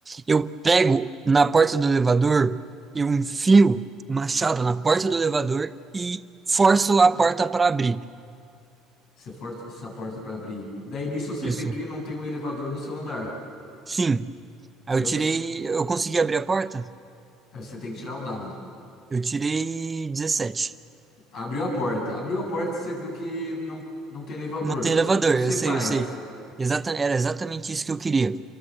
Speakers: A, on the right; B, on the left.
A: Eu pego na porta do elevador, eu enfio o machado na porta do elevador e forço a porta para abrir.
B: Você força essa porta para abrir. Daí nisso você
A: Isso.
B: vê que não tem um elevador no seu andar.
A: Sim. Aí
B: Daí
A: eu
B: o
A: tirei.
B: que c-
A: Eu consegui abrir a porta?
B: aí você tem que tirar o dado.
A: Eu tirei 17.
B: Abriu a porta. Abriu a porta, e você viu que não, não tem elevador.
A: Não tem elevador,
B: O que você
A: eu sei,
B: faz?
A: eu sei. Exata, era exatamente isso que eu queria.